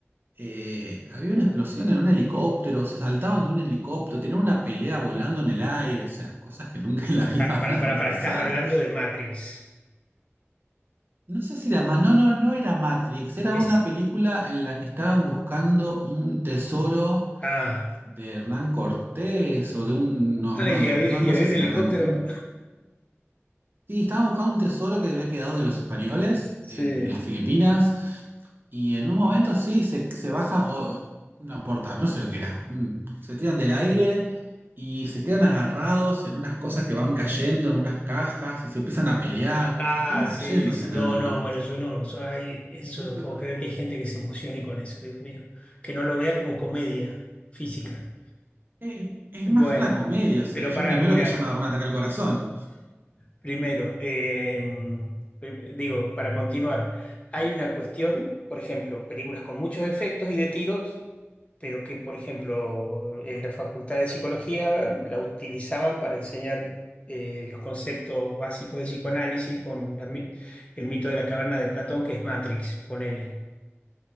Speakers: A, on the right; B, on the left.
A: eh, había una explosión en un helicóptero, se saltaban de un helicóptero, tenían una pelea volando en el aire, o sea, cosas que nunca en la vida
B: Para,
A: <laughs> van
B: para,
A: a
B: para,
A: pasar.
B: estás hablando de Matrix.
A: No sé si era más, no, no, no era Matrix, era
B: Es,
A: una película en la que estaban buscando un tesoro
B: ah,
A: de Hernán Cortés o de un- no,
B: ah,
A: uno
B: y
A: de los,
B: había,
A: no, no
B: y había
A: sé si
B: un helicóptero.
A: era Hernán Cortés.
B: <laughs>
A: Sí, estaban buscando un tesoro que había quedado de los españoles
B: Sí.
A: en las Filipinas Y en un momento sí, se, se baja, o no importa, no sé lo que era, un- se tiran del aire y se quedan agarrados en unas cosas que van cayendo, en unas cajas, y se empiezan a pelear, o
B: Ah,
A: sea, todo cayendo,
B: sí,
A: o
B: sí,
A: sea, no,
B: no,
A: no,
B: no,
A: no.
B: bueno, yo no, yo, ay, eso
A: <laughs>
B: no puedo creer que hay gente que se emocione con eso, Dios mío, que no lo vea como comedia física.
A: Eh, es
B: Bueno,
A: más una comedia, o sea,
B: pero
A: yo
B: para,
A: primero
B: mira,
A: que ya me agarró un ataque al corazón.
B: primero, eh, prim- digo, para continuar, hay una cuestión, por ejemplo, películas con muchos efectos y de tiros, pero que, por ejemplo, en la Facultad de Psicología la utilizaban para enseñar eh, los conceptos básicos de psicoanálisis con la mi- el mito de la caverna de Platón, que es Matrix, ponele,